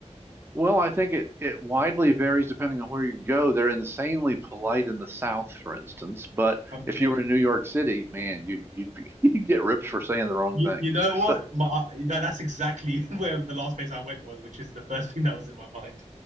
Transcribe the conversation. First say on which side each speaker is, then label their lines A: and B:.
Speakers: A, on the right; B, on the right.
A: Well, I think it, it widely varies depending on where you go. They're insanely polite in the South, for instance, but
B: Okay.
A: if you were in New York City, man, you you'd be, <laughs> you'd get ripped for saying the wrong
B: You,
A: thing.
B: you know
A: So,
B: what? My, that, that's exactly <laughs> where the last place I went was, which is the first thing that was in my mind.